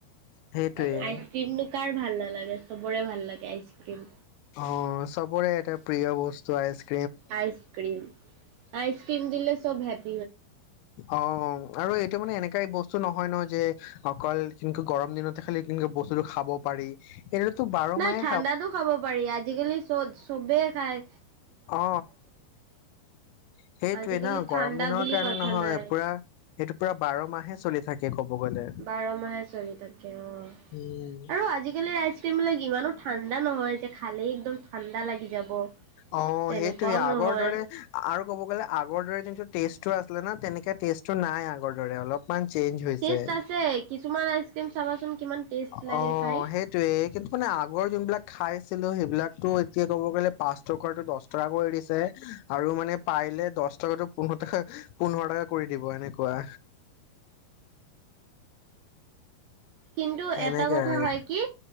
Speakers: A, on the left; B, on the right.
A: সেইটোৱে
B: আইচক্ৰীম ন। থকাৰ ভাল নালাগে চবৰে ভাল লাগে আইচক্ৰীম।
A: অ চবৰে এটা প্ৰিয় বস্তু আচক্ৰীম।
B: আইচক্ৰিম আইচক্ৰিম দিলে চব হেপি।
A: অ আৰু এইটো মানে এনেকা বস্তু নহয় ন যে। অকল কেকৈ গৰম দিনত খাললে কেনেকে বস্তুটো খাব পাৰি। এইটোতো বাৰ
B: নাই
A: মাহে
B: ঠাণ্ডাতো খাব পাৰি আজিকালি চব চবে। চায়।
A: অ সেইটোৱে
B: আজিকালি
A: ন
B: ঠাণ্ডা
A: গৰম দিনৰ
B: বুলি
A: কাৰণে
B: কথা
A: নহয়
B: নাই
A: পুৰা এইটো পুৰা বাৰ মাহে চলিছে। থাকে কব। গ'লে
B: বাৰ মাহে চলি থাকে অ আৰু
A: উম
B: আজিকালি ৰাইজ। তিমবিলাক ইমান নো। ঠাণ্ডা নহয় যে খালে। একদম ঠাণ্ডা লাগি যাব।
A: অ
B: তেনেকুৱাও
A: সেইটোয়ে আগৰ
B: নহয়।
A: দৰে আৰু ক'ব গ'লে আগৰ দৰে যোনটো। টেষ্টটো আছিলে ন তেনেকে টেষ্টটো নাই আগৰ দৰে অলপমান। চেঞ্জ হৈছে
B: ষ্ট আছে কিছুমান। চাবাচোন কিমান টেষ্ট লাগে
A: অ
B: খাই্
A: সেইটোয়ে কিন্তু মানে আগৰ যোনবিলাক খাই আছিলো সেইবিলাকো এতিয়া ক'ব গ'লে পাছত। টো দহ টকা কৰি এৰিছে আৰু মানে। পাৰলে দহ টকাতটো পোন্ধৰ টকা পোন্ধৰ টকা কৰি দিব এনেকুৱা।
B: কিন্তু
A: তেনেকে
B: এটা কথা
A: আৰু
B: হয় কি